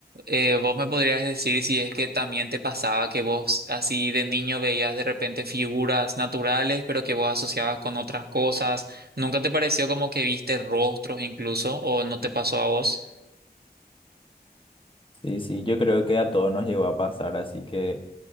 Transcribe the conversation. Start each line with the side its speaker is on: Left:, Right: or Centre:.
Right: eh, vos me podrías decir si es que también te pasaba que vos así de niño veías de repente figuras naturales, pero que vos asociabas con otras cosas. ¿Nunca te pareció como que viste rostros incluso o no te pasó a vos?
Left: Sí, sí, yo creo que a todos nos llegó a pasar, así que...